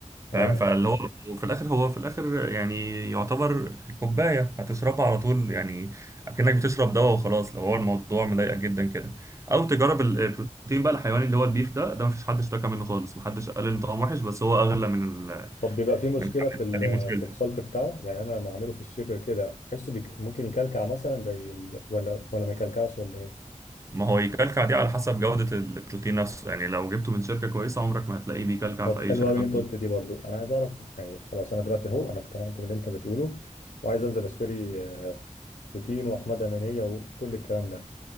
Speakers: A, on the right; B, on the left.
A: فاهم
B: اه
A: فاللي هو وفي الاخر هو في الاخر يعني يعتبر كوبايه هتشربها على طول يعني اكنك بتشرب دواء وخلاص لو هو الموضوع مضايقك جدا كده او تجرب ال- آه، البروتين بقى الحيواني اللي هو البيف ده ده مفيش حد اشتكى منه خالص محدش قال ان طعمه وحش بس هو اغلى من ال
B: طب بيبقى في مشكله
A: من الحاجات
B: في ال-
A: دي مشكلته
B: في الخلط بتاعه يعني انا لما اعمله في الشيكر كده احسه بيك... ممكن يكلكع مثلا زي ال... ولا ولا ما يكلكعش ولا ايه؟
A: ما هو يكلكع دي على حسب جوده البروتين نفسه يعني لو جبته من شركه كويسه عمرك ما هتلاقيه بيكلكع
B: طب
A: في اي
B: حلو
A: شركه
B: قوي اللي انت قلت دي برضو انا عايز اعرف يعني خلاص انا دلوقتي اهو انا اقتنعت باللي انت بتقوله وعايز انزل اشتري آه، بوتين واحمد امانيه وكل الكلام ده